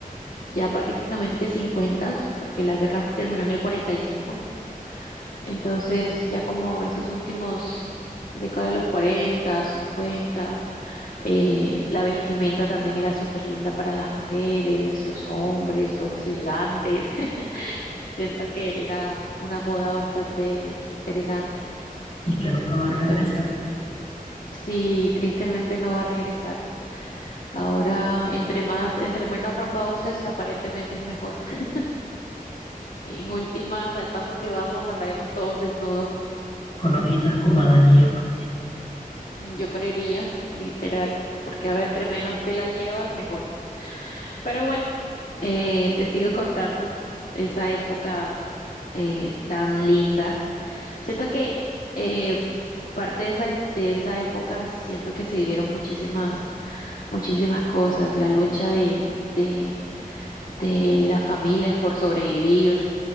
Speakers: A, on the left (about 60°); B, on the left (about 45°).
A: ya prácticamente 50, porque la guerra terminó en el 45, Entonces, ya como esos últimos, década de los 40 cincuenta eh, la vestimenta también era súper linda para las mujeres, los hombres, todos elegantes. <laughs> Siento que era una moda bastante interesante.
B: Y que nunca va
A: Entonces,
B: a regresar
A: sí, tristemente no va a regresar. Ahora, entre más, entre menos ropa uses, aparentemente es mejor. <laughs> En últimas, al paso que vamos, andaremos todos desnudos.
B: con hojitas como Adán y Eva.
A: Mm, Yo creería, <laughs> literal, porque ahora entre menos te la llevas, mejor. Pero bueno, eh, te sigo contando esa época eh, tan linda. Siento que eh, parte de esa, de esa época, siento que se vivieron muchísimas, muchísimas cosas. La lucha de, de, de las familias por sobrevivir.